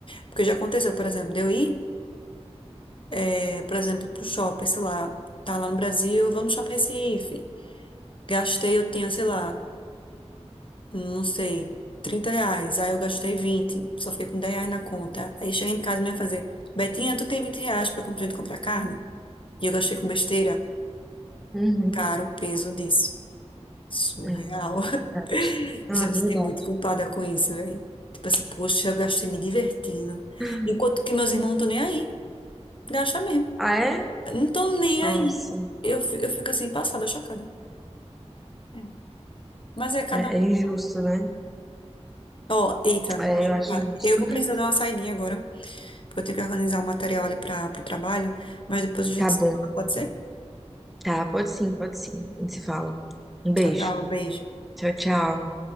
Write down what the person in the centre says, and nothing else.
Uhum.
É,
verdade. Ah,
é verdade.
<laughs>
Ah, é?
Nossa,
é,
é injusto, né?
É,
eu acho injusto.
<laughs>
Tá
bom.
Tá, pode sim, pode sim. A gente se fala. Um beijo.
Tchau, tchau.